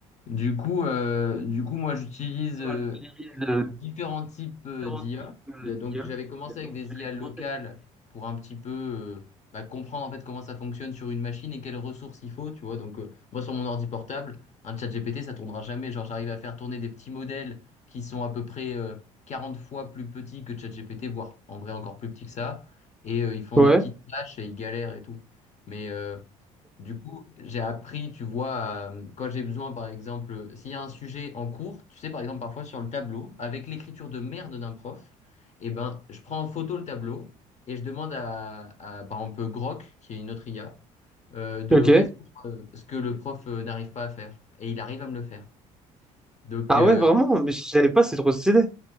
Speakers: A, on the left (about 45°); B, in the centre.
A: Du coup, euh, du coup, moi, j'utilise euh,
B: Moi, J'utilise euh,
A: différents types euh,
B: différents
A: d'IA.
B: types euh,
A: Bah, Donc,
B: d'IA.
A: j'avais commencé
B: Donc,
A: avec des
B: je
A: IA
B: vais
A: locales
B: commencer avec des
A: pour un petit peu euh, bah, comprendre en fait comment ça fonctionne sur une machine et quelles ressources il faut, tu vois. Donc, euh, moi, sur mon ordi portable, un chat GPT, ça tournera jamais. Genre, j'arrive à faire tourner des petits modèles qui sont à peu près euh, 40 fois plus petits que chat GPT, voire en vrai encore plus petits que ça. Et euh, ils font
B: Ouais,
A: des petites tâches et ils galèrent et tout. Mais euh, du coup, j'ai appris, tu vois, euh, quand j'ai besoin, par exemple, s'il y a un sujet en cours, tu sais, par exemple, parfois sur le tableau, avec l'écriture de merde d'un prof, eh ben, je prends en photo le tableau et je demande à, à, par exemple, Grok, qui est une autre IA, euh, de
B: ok.
A: résoudre
B: des-
A: euh, ce que le prof euh, n'arrive pas à faire. Et il arrive à me le faire. Donc,
B: Ah
A: euh,
B: ouais, vraiment? Mais je savais pas, c'est trop stylé.